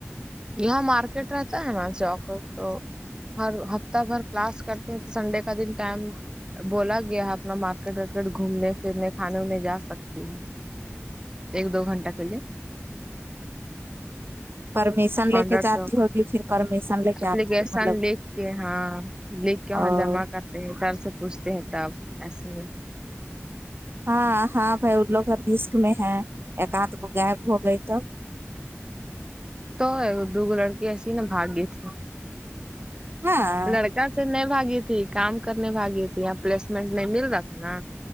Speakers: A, on the right (about 15°); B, on the right (about 50°).
A: یہاں مارکیٹ رہتا ہے نا چوک تو ہر ہفتہ بھر کلاس کرتے ہیں تو سنڈے کا دن ٹائم بولا گیا اپنا مارکیٹ وارکیٹ گھومنے پھرنے کھانے می جا سکتی ہو ایک دو گنٹہ پہلے
B: پرمیشن
A: مڈرا
B: لے کے جاتی
A: چوک
B: ہوگی پھر پرمیشن لے کے
A: اپ
B: آتی
A: نے گےسان
B: ہے مطلب
A: لییک کے ہاں لکھ کے وہاں
B: اور
A: جمع کرتے ہیں سر سے پوچھتے ہیں تب ایسے
B: ہاں ہاں بھائی وہ لوگ رسک میں ہیں ایک آدھ گو گائب ہو گئی تو
A: تو دو لڑکی ایسی نا بھاگی تھی
B: ہاں
A: لڑکا سے نہیں بھاگی تھی کام کرنے بھاگی تھی یا پلیسمنٹ نئی مل رہا تھا نا